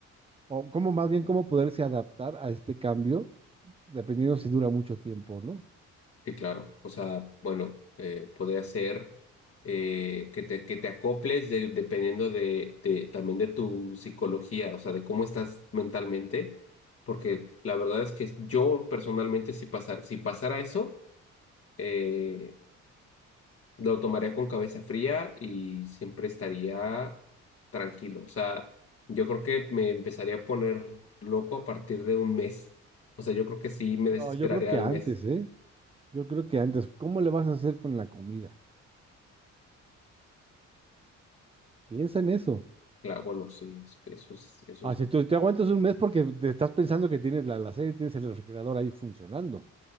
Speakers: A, on the right; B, on the left.
A: o cómo más bien cómo poderse adaptar a este cambio, dependiendo si dura mucho tiempo o no.
B: Sí, claro. O sea, bueno, eh, podría ser eh, que te, que te acoples de- dependiendo de, de- también de tu psicología, o sea, de cómo estás mentalmente, porque la verdad es que yo personalmente si pasa, si pasara eso, eh, lo tomaría con cabeza fría y siempre estaría tranquilo. O sea, yo creo que me empezaría a poner loco a partir de un mes. O sea, yo creo que sí me desesperaría
A: No, yo creo que
B: al
A: antes,
B: mes.
A: ¿eh? Yo creo que antes, ¿cómo le vas a hacer con la comida? Piensa en eso.
B: Claro, bueno, sí, es- eso es, eso
A: Ah,
B: es
A: si tú te aguantas un mes porque te estás pensando que tienes la, la y tienes el refrigerador ahí funcionando